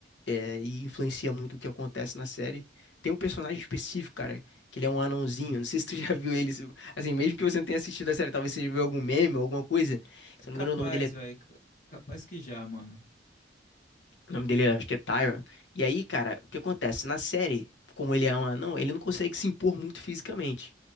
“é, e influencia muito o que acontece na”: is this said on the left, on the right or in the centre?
Left